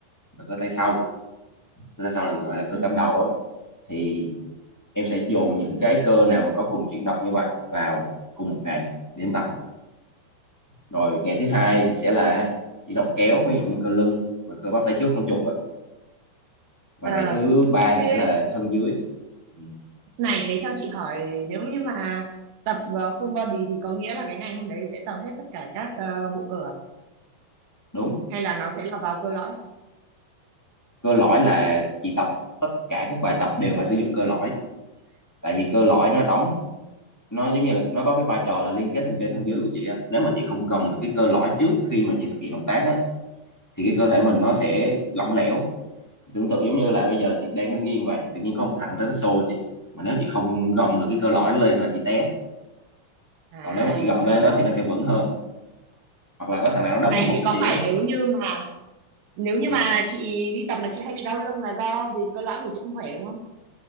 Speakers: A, in the centre; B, on the right.
A: và cơ tay sau cơ tay sau là gọi là cơ
B: Ừ.
A: tam đầu á thì em sẽ dồn những cái cơ nào mà có cùng chuyển động như vậy vào cùng một ngày để em tập rồi ngày thứ hai thì sẽ là chuyển động kéo ví dụ như cơ lưng và cơ bắp tay trước con chuột á và
B: Ờ,
A: ngày thứ ba thì
B: thế
A: sẽ là thân dưới Ừ,
B: này thế cho chị hỏi nếu như mà tập ờ, full body thì có nghĩa là cái ngày hôm đấy sẽ tập hết tất cả các ờ, bộ cơ à?
A: đúng
B: Hay là nó sẽ là vào cơ lõi?
A: cơ lõi là chị tập tất cả các bài tập đều phải sử dụng cơ lõi tại vì cơ lõi nó đóng nó giống như là nó có cái vai trò là liên kết thân trên thân dưới của chị á nếu mà chị không gồng được cái cơ lõi trước khi mà chị thực hiện động tác á thì cái cơ thể mình nó sẽ lỏng lẻo chị tưởng tượng giống như là bây giờ chị đang đứng yên vậy tự nhiên có một thằng tới nó xô chị mà nếu chị không gồng được cái cơ lõi lên là chị té
B: À,
A: còn nếu mà chị gồng
B: chị
A: lên
B: hiểu
A: đó
B: rồi.
A: thì nó sẽ vững hơn hoặc là có thằng nào nó đấm
B: Này
A: vào bụng
B: thì có
A: chị
B: phải
A: á
B: nếu như mà nếu như
A: ừ.
B: mà chị đi tập mà chị hay bị đau lưng là do vì cơ lõi của chị không khỏe đúng không?